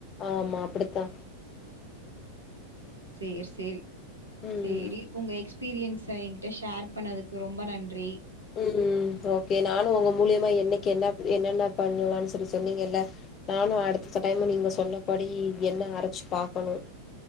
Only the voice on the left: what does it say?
ஆமா அப்டித்தா
ம்
ம் ஓகே நானு உங்க மூலியமா எண்ணெய்க்கு என்ன என்னன்ன பண்ணலாம் சொல்லி சொன்னீங்கல்ல நானு அடுத்தத்த டைம் நீங்க சொன்னபடி எண்ணெ அரச்சு பாக்கணு